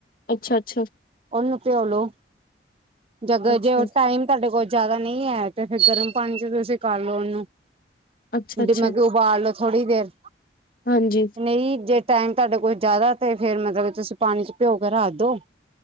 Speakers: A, on the left; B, on the right.
A: ਅੱਛਾ-ਅੱਛਾ,
B: ਉਹਨੂੰ ਪਿਹੋ ਲੋ ਅਗਰ
A: ਅੱਛਾ
B: ਜੇ ਉਹ ਟਾਈਮ ਤੁਹਾਡੇ ਕੋਲ ਜਿਆਦਾ ਨਹੀਂ ਹੈ, ਤੇ ਫਿਰ ਗਰਮ ਪਾਣੀ ਚ ਤੁਸੀਂ ਕਰ ਲਓ, ਉਹਨੂੰ
A: ਅੱਛਾ ਅੱਛਾ
B: ਜਿਨ੍ਹਾਂ ਕੁ ਉਬਾਲ ਲੋੋ ਥੋੜ੍ਹੀ ਦੇਰ,
A: ਹਾਂਜੀ।
B: ਨਹੀਂ ਜੇ ਟਾਈਮ ਤੁਹਾਡੇ ਕੋਲ ਜ਼ਿਆਦਾ, ਤੇ ਫਿਰ ਮਤਲਬ ਤੁਸੀਂ ਪਾਣੀ ਚ ਭਿਓ ਕੇ ਰੱਖ ਦਿਓ।